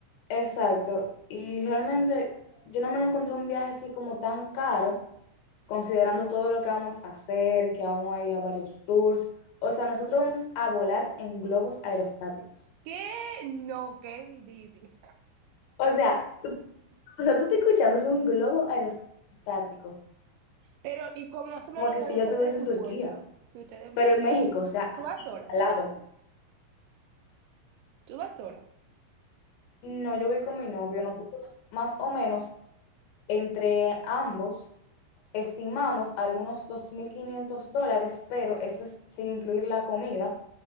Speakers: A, on the left (about 80°); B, on the right (about 85°).
A: exacto, y realmente yo no me lo encontré un viaje así como tan caro, considerando todo lo que vamos a hacer, que vamos a ir a varios tours, o sea, nosotros vamos a volar en globos aerostáticos.
B: ¿Qué? No, qué envidia.
A: O sea, tú- o sea, tú te escuchando, es un globo aerostático
B: Pero, ¿y cómo más o menos
A: como que
B: cuál
A: si yo
B: es
A: estuviese
B: el presupuesto?
A: en Turquía,
B: Si ustedes,
A: pero en México, o sea,
B: tú vas sola,
A: Al lado.
B: tú vas sola.
A: no, yo voy con mi novio, nosotros más o menos entre ambos estimamos algunos 2.500 dólares, pero eso es sin incluir la comida